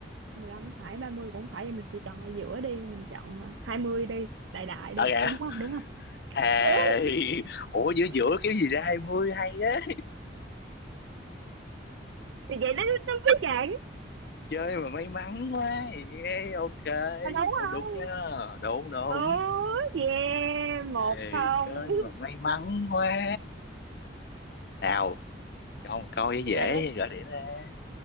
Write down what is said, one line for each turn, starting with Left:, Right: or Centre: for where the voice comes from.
Right: mười lăm phải 30 cũng phải thì mình sẽ chọn ở giữa đi mình chọn ờ, 20 đi đại đại đi
Left: à dạ
Right: đúng không đúng không
Left: à,
Right: <laughs>
Left: <laughs> ủa giữa giữa cái gì ra 20 hay á
Right: thì vậy nó nó mới chẳng
Left: chơi mà may mắn quá yeah, ok
Right: mà đúng
Left: thôi
Right: không
Left: đúng nhá đúng đúng
Right: ừ yeah một
Left: Ê,
Right: không
Left: chơi
Right: <laughs>
Left: mà may mắn quá nào cho một câu dễ dễ
Right: ok đó
Left: gỡ điểm ra